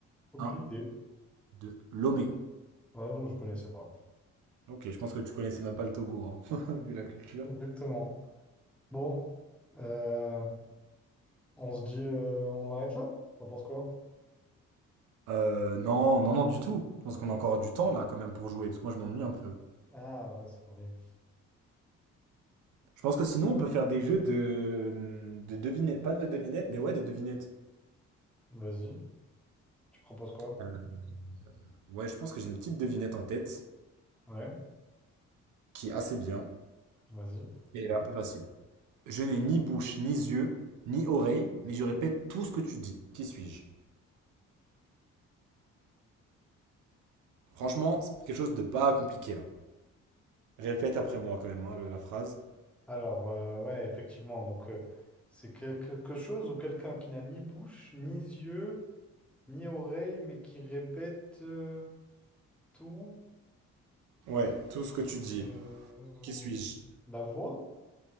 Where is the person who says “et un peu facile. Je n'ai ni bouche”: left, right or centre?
Right